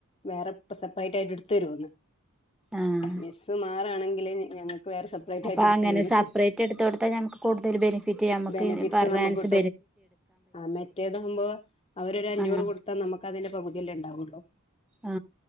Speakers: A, on the left; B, in the centre.
A: വേറെ സെപ്പറേറ്റ് ആയിട്ട് എടുത്ത്‌ തരുവോന്ന്
B: ആഹ്
A: മിസ്സ് മാറാണെങ്കില് ഞങ്ങക്ക് വേറെ സെപ്പറേറ്റ്
B: അപ്പൊ
A: ആയിട്ട് എടുത്ത്
B: അങ്ങനെ
A: തരോന്ന്
B: സെപ്പറേറ്റ്
A: ചോദി
B: എടുത്ത് കൊടുത്താ ഞമുക്ക് കൂടുതൽ ബെനിഫിറ്റ് നമുക്ക്
A: ബെനിഫിറ്റ്സ്
B: പറഞ്ഞ
A: നമുക്ക്
B: അനുസരിച്
A: ആ മറ്റേത് ആകുമ്പോ അവര് ഒരു അഞ്ഞൂറ്
B: ആഹ്
A: കൊടുക്കും കൊടുത്താ നമുക്കതിന്റെ പകുതി അല്ലേ ഉണ്ടാവുള്ളൂ
B: ആ